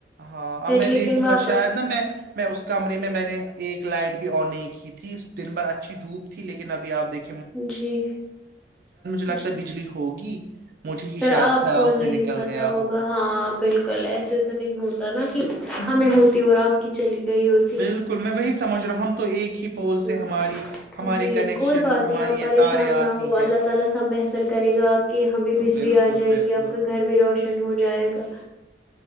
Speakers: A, on the right (about 55°); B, in the centre.
A: ہاں
B: پھر
A: اب میں
B: لیکن
A: دیکھوں
B: واپ
A: گا شاید نا میں میں اس کمرے میں میں نے ایک لائٹ بھی آن نہیں کی تھی اس دن بھر اچھی دھوپ تھی لیکن ابھی آ دیکھ
B: جی
A: لگتا
B: جی
A: ہے بجلی ہوگی مجھے ہی
B: پھر
A: شاید
B: آپ
A: خیال
B: کو نہیں
A: سے نکل
B: پتا
A: گیا
B: ہوگا ہاں بالکل ایسے تو نہیں ہوتا نا کہ ہمیں ہوتی اور آپ باکی چلی گئی ہوتی
A: بالکل میں وہی سمجھ رہا ہوں تو ایک
B: <unintelligible>
A: ہی پول سے ہماری ہمارے کنیکشنز ہماری یہ تاریں آتی ہے
B: کہ یہاں بھی
A: تو
B: بجلی
A: بالکل
B: آ جائے
A: بالکل
B: گی آپ کا گھر بھی روشن ہو جائے گا